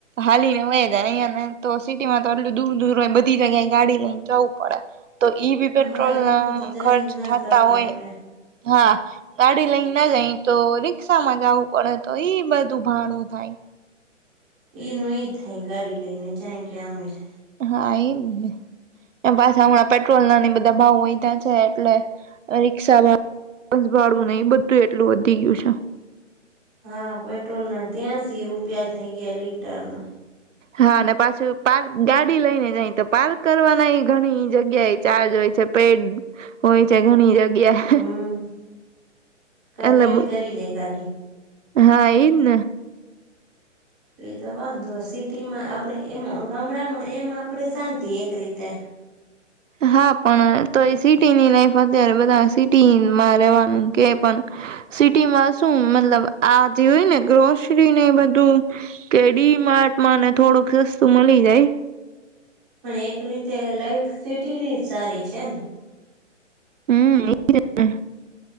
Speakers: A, on the right; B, in the centre.
A: હાલી ને હોય જાય અહં ને તો સિટીમાં તો આટલું દૂર દૂર હો બધી જગ્યાએ ગાડી લઈને જવું પડે તો ઈ બી પેટ્રોલ
B: હા એમ તો જઈ
A: ખર્ચ
B: જ ના
A: થતા
B: શકીએ
A: હોય.
B: આપડે
A: હા ગાડી લઈ ના જાય તોને રિક્ષામાં જવું પડે તો એઈ બધું ભાણું થાય.
B: એ ન ઈજ થાય ગાડી લઈને જાય કે આમ જાય.
A: હા એ ન. એ પાછા હમણાં પેટ્રોલ નાની બધા ભાવ હોહી ત છે એટલે રિક્ષા બસ ભાડું નહિ બધું એટલું વધી ગયું છે
B: હા પેટ્રોલ ના ત્યાસી રૂપિયા થઇ ગયા લીટર ના
A: હા અને પાછું પાર્ક ગાડી લઈને જાય તો પાર્ક કરવાના એ ઘણી જગ્યા એ ચાર્જ હોય છે પેડ હોય છે ઘણી જગ્યા
B: હમ કટો
A: એટલે
B: કરી જાય ગાડી
A: હા એન
B: એતો વાંધો સિટીમાં આપણે એમાં ગામડામાં એમાં આપડે શાંતિ એક રીતે
A: હા પણ તો એ સિટી ની લાઈફ અત્યારે બધા સિટીમાં રવાનું કે પણ સિટીમાં શું મતલબ આ જે હોય ને ગ્રોસરી ને બધું કે ડી માર્ટમાં ને થોડુંક સસ્તું મળી જાય
B: પણ એક રીતે લાઈટ સિટીની જ સારી છે ને
A: હમ